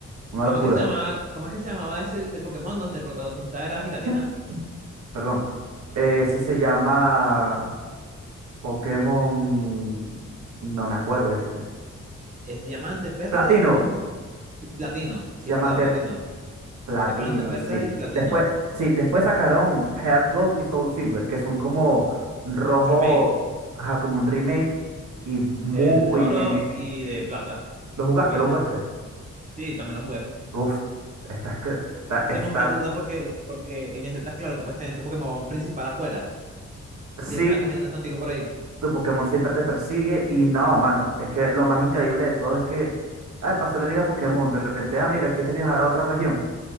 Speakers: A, on the right; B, on the right.
A: Una
B: ¿Cómo
A: locura.
B: es que se llamaba, cómo es que se llamaba ese el Pokémon donde el protagonista era Giratina?
A: <clears throat> Perdón. Ese se llama Pokémon... No me acuerdo este.
B: Es Diamante, Perla
A: Platino.
B: y cuál más? Y Platino, sí
A: Diamante.
B: es verdad, Platino.
A: Platino,
B: Diamante, Perla
A: sí.
B: y Platino.
A: Después, sí, después sacaron Heart Gold y Soul Silver, que son como rojo,
B: Un remake
A: ajá, como un remake y muy
B: del Oro
A: bien hecho.
B: y de Plata.
A: ¿Lo jugaste?
B: Remake
A: ¿Lo
B: de
A: jugaste?
B: Oro. Sí, también lo jugué.
A: Uf, estás que, está-
B: Hacemos
A: estás.
B: esta burda porque, porque en ese estás claro que puedes tener tu Pokémon principal afuera y siempre
A: Sí,
B: va caminando contigo por ahí.
A: tu Pokémon siempre te persigue y no, mano, es que lo más increíble de todo es que, ay, pasé la liga Pokémon, de repente, ah, mira, ¿quieres viajar a otra región?